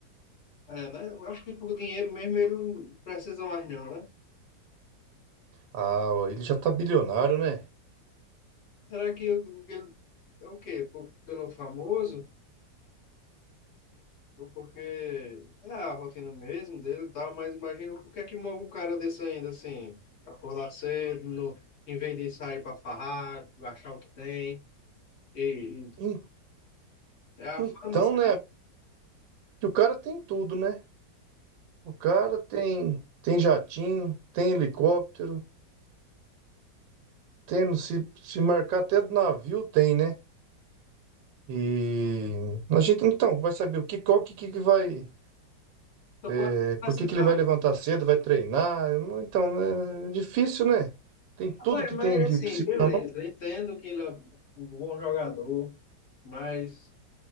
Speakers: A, on the left (about 40°); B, on the right (about 80°).
A: É, né? Eu acho que por dinheiro mesmo ele não precisa mais não, né?
B: Ah, ó, ele já tá bilionário, né?
A: Será que o- o que ele é o quê? Por- pelo famoso? Ou porque é a rotina mesmo dele e tal, mas imagina o que é que move um cara desse ainda assim, acordar cedo, no, em vez de sair pra farrar, achar o que tem. E, e
B: En-
A: é a
B: Então,
A: fama, cara.
B: né?
A: acho
B: Que o cara tem tudo, né? O cara tem tem jatinho, tem helicóptero. Tem, se, se marcar até do navio, tem, né? E a gente então vai saber o que, qual que, que que vai.
A: só
B: é,
A: vai
B: por
A: precisar.
B: que que ele vai levantar cedo, vai treinar? Eu não- Então, né, é difícil, né? Tem tudo
A: Rapaz,
B: que
A: mas
B: tem
A: assim,
B: que precisa
A: beleza,
B: na mão.
A: eu entendo que ele é um bom jogador, mas